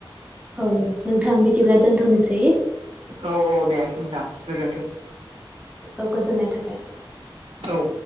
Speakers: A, on the right; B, on the right.
A: औ नोंथां बिदिब्ला दोनथ'नोसै
B: औ औ दे नोंथां गोजोन्थों
A: दे औ गोजोननाय थाबाय
B: औ